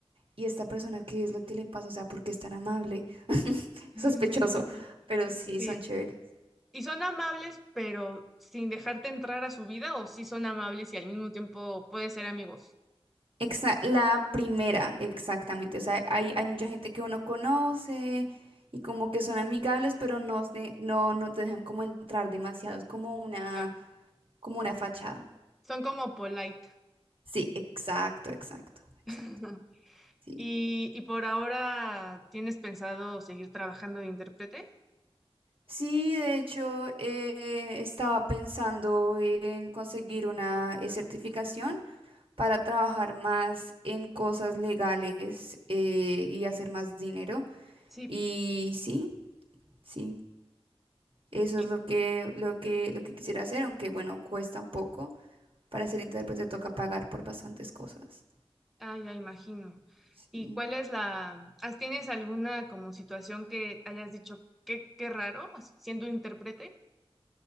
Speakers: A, on the right; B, in the centre.
A: ¿y esta persona qué es lo que le pasa? O sea, ¿por qué es tan amable? <laughs> Sospechoso,
B: <laughs>
A: pero sí
B: sí,
A: son chéveres.
B: Y son amables, pero sin dejarte entrar a su vida, o sí son amables y al mismo tiempo puedes ser amigos.
A: Exa- la primera, exactamente. O sea, hay, hay mucha gente que uno conoce y como que son amigables, pero no, se- no, no te dejan como entrar demasiado. Es como una,
B: O
A: como una fachada.
B: son como polite.
A: Sí, exacto, exacto, exacto.
B: <laughs>
A: Sí,
B: Y, y por ahora, ¿tienes pensado seguir trabajando de intérprete?
A: sí, de hecho, eh, estaba pensando en conseguir una eh, certificación para trabajar más en cosas legales eh, y hacer más dinero.
B: Sí.
A: Y sí. Sí, Eso
B: Sí.
A: es lo que, lo que, lo que quisiera hacer, aunque bueno, cuesta un poco. Para ser intérprete toca pagar por bastantes cosas.
B: Ah, ya imagino.
A: Sí.
B: ¿Y cuál es la, has- tienes alguna como situación que hayas dicho, qué, qué raro, as- siendo intérprete?